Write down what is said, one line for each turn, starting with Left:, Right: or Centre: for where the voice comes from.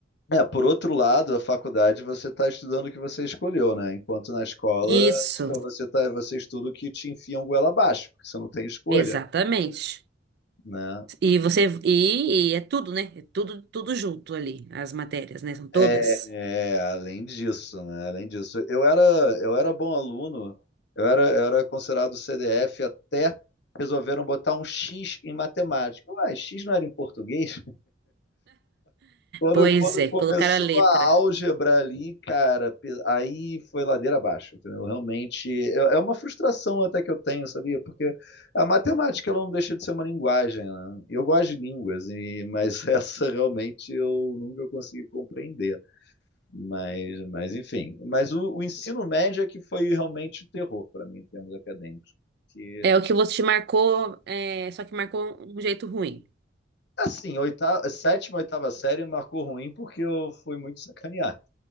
Left: É, por outro lado, a faculdade você está estudando o que você escolheu, né? Enquanto na escola,
Right: Isso,
Left: então você tá, você estuda o que te enfiam goela abaixo, porque você não tem escolha,
Right: exatamente.
Left: né?
Right: E você e, e é tudo, né? É tudo tudo junto ali, as matérias, né? São todas.
Left: É, é, além disso, né? Além disso, eu era, eu era bom aluno, eu era, eu era considerado CDF até resolveram botar um X em matemática. Ué, X não era em português? Quando,
Right: Pois
Left: quando
Right: é,
Left: começou
Right: colocaram a letra.
Left: a álgebra ali, cara, pe- aí foi ladeira abaixo, entendeu? Realmente, é é uma frustração até que eu tenho, sabia? Porque a matemática, ela não deixa de ser uma linguagem, né? Eu gosto de línguas, e, mas <laughs> essa realmente eu nunca consegui compreender. Mas, mas enfim. Mas o, o ensino médio é que foi realmente o terror para mim, em termos acadêmicos. Que,
Right: É o que você te marcou, é, só que marcou um jeito ruim.
Left: assim, oitava, sétima, oitava série marcou ruim porque eu fui muito sacaneado.